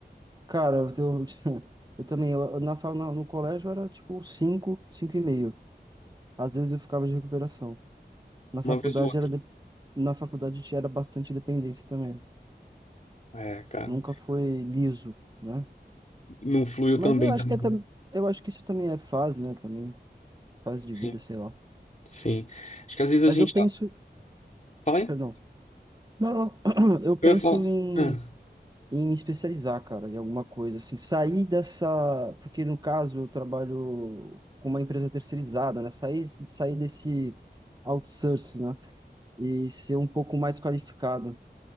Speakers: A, on the right (about 25°); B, on the left (about 45°).
A: Cara, eu, eu, <laughs> eu também, eu, na, fa- na- no colégio era tipo 5, 5 e meio. Às vezes eu ficava de recuperação. Na faculdade
B: Uma vez ou outra.
A: era de- na faculdade tinha era bastante dependência também.
B: É, cara.
A: Nunca foi liso, né?
B: Não fluiu
A: Mas
B: tão bem
A: eu acho
B: também.
A: que é, tam- eu acho que isso também é fase, né, também, fase
B: Sim.
A: de vida, sei lá.
B: Sim. Acho que às vezes
A: Mas
B: a gente.
A: eu penso,
B: Fala aí.
A: perdão. Não, não, <clears throat> eu penso
B: Eu ia falar.
A: em
B: Ah,
A: em me especializar, cara, em alguma coisa, assim, sair dessa, porque no caso eu trabalho com uma empresa terceirizada, né? Sair, sair desse outsourcing, né? E ser um pouco mais qualificado.